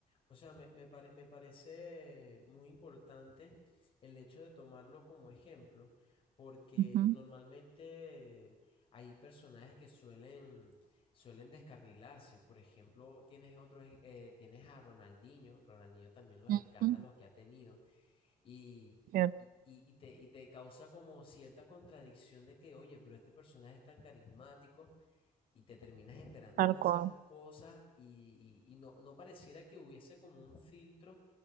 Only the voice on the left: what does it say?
o sea, me, me pare- me parece muy importante el hecho de tomarlo como ejemplo, porque
normalmente hay personajes que suelen, suelen descarrilarse. Por ejemplo, tienes otros, eh, tienes a Ronaldinho, Ronaldinho también los escándalos
que ha tenido. Y,
y, y- y te, y te causa como cierta contradicción de que, oye, pero este personaje es tan carismático y te terminas enterando
de
esas cosas y, y- y no, no pareciera que hubiese como un filtro